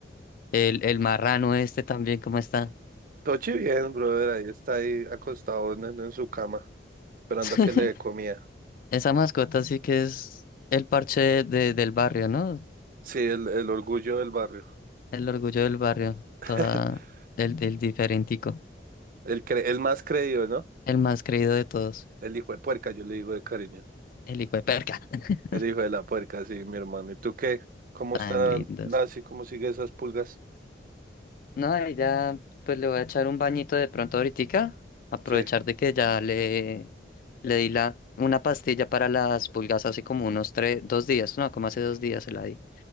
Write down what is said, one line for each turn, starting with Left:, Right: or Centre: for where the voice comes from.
Left: el, el marrano este también, ¿cómo está?
Right: Tochi bien, brother, ahí está ahí acostado en, en- en su cama, esperando
Left: <laughs>
Right: a que le dé comida.
Left: Esa mascota sí que es el parche de, del barrio, ¿no?
Right: Sí, el, el orgullo del barrio.
Left: El orgullo del barrio,
Right: <laughs>
Left: toda, el, el diferentico,
Right: El, cre- el más creído, ¿no?
Left: el más creído de todos,
Right: El hijo de puerca, yo le digo de cariño.
Left: el hijo de perca. <laughs>
Right: El hijo de la puerca, sí, mi hermano. ¿Y tú qué? ¿Cómo
Left: Tan
Right: está
Left: lindos.
Right: la, así? ¿Cómo sigue esas pulgas?
Left: No, y ya pues le voy a echar un bañito de pronto ahoritica, aprovechar
Right: Sí.
Left: de que ya le, le di la, una pastilla para las pulgas hace como unos tres, dos días, no, como hace dos días se la di.